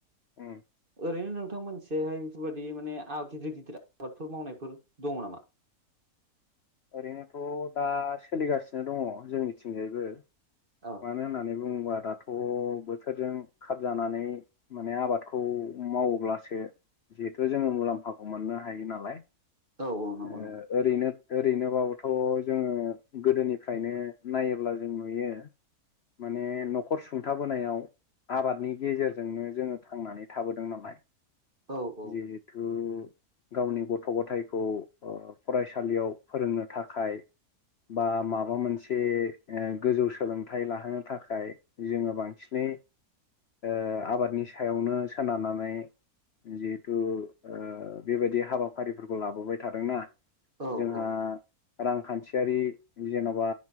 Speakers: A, on the left; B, on the right.
A: उम
B: ओरैनो नोंथां मोनथिहाय बेफोरबादि माने गिदिर गिदिर आबादफोर मावनायफोर दङ नामा <inaudible>
A: ओरैनोथ' दा सोलिगासिनो दङ जोंनिथिंजायबो
B: औ
A: मानो होननानै बुङोबा दा थ' बोथोरजों खाब जानानै माने आबादखौ मावोब्लासो जिहेथु जोङो मुलाम्फाखौ मोननो हायो नालाय
B: औ औ नंगौ
A: ओ
B: नंगौ
A: ओरैनो ओरैनोबाबोथ' जोङो गोदोनिफ्रायनो नायोब्ला जों नुयो माने न'खर सुंथाबोनायाव आबादनि गेजेरजोंनो जोङो थांनानै थाबोदों नालाय।
B: औ औ
A: जिहेथु गावनि गथ' गथायखौ ओ फरायसालियाव फोरोंनो थाखाय बा माबा मोनसे ओ गोजौ सोलोंथाइ लाहोनो थाखाय जोङो बांसिनै ओ आबादनि सायावनो सोनारनानै जिहेथु ओ बेबायदि हाबाफारिफोरखौ लाबोबाय थादोंना?
B: औ
A: जोंहा
B: औ।
A: रांखान्थियारि जेन'बा